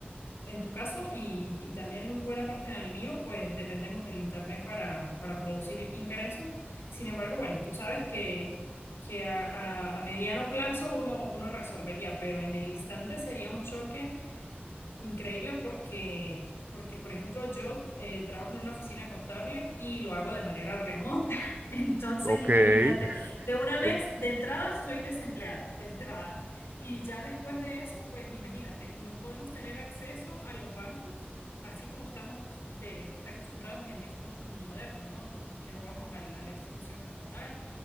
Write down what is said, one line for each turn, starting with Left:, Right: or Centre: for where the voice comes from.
Left: en tu caso y, y también buena parte en el mío, pues dependemos del Internet para, para producir ingresos. Sin embargo, bueno, tú sabes que, que a, a- a mediano plazo uno, uno resolvería, pero en el instante sería un choque increíble porque, porque, por ejemplo, yo eh, trabajo en una oficina contable y lo hago de manera remota. <laughs> Entonces,
Right: Ok,
Left: imagínate,
Right: <laughs>
Left: de una vez,
Right: entiendo.
Left: de entrada, soy desempleada, de entrada. Y ya después de eso, pues imagínate, no podemos tener acceso a los bancos. Así como estamos de, acostumbrados en este mundo moderno, ¿no? Que no vamos al- a la institución como tal.